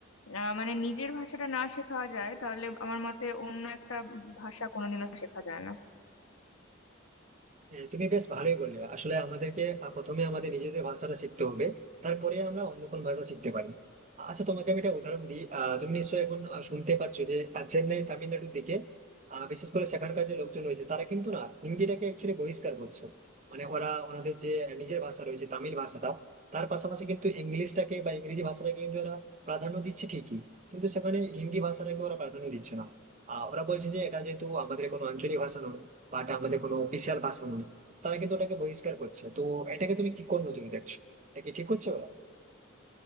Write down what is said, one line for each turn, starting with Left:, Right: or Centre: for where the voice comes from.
Left: আহ, মানে নিজের ভাষাটা না শেখা যায় তাহলে আমার মতে অন্য একটা ভাষা কোনোদিনও শেখা যায় না
Right: হ্যাঁ, তুমি বেশ ভালোই বললে আসলে আমাদেরকে আহ, প্রথমে আমাদের নিজেদের ভাষাটা শিখতে হবে তারপরে আমরা অন্য কোন ভাষা শিখতে পারি আচ্ছা তোমাকে আমি একটা উদাহরণ দিই আহ, তুমি নিশ্চয়ই এখন আহ, শুনতে পাচ্ছ যে আহ, চেন্নাই তামিলনাড়ুর দিকে আহ, বিশেষ করে সেখানকার যে লোকজন রয়েছে তারা কিন্তু না হিন্দিটাকে অ্যাকচুয়ালি বহিষ্কার করছে মানে ওরা ওনাদের যে নিজের ভাষা রয়েছে তামিল ভাষাটা তার পাশাপাশি কিন্তু ইংলিশটাকে বা ইংরেজি ভাষাটাকে কিন্তু ওরা প্রাধান্য দিচ্ছে ঠিকই কিন্তু সেখানে হিন্দি ভাষাটাকে ওরা প্রাধান্য দিচ্ছে না আহ, ওরা বলছে যে এটা যেহেতু আমাদের কোনো আঞ্চলিক ভাষা নয় বা এটা আমাদের কোনো অফিসিয়াল ভাষা নয় তারা কিন্তু ওটাকে বহিষ্কার করছে তো এটাকে তুমি কি কোন নজরে দেখছো এটা কি ঠিক হচ্ছে ওরা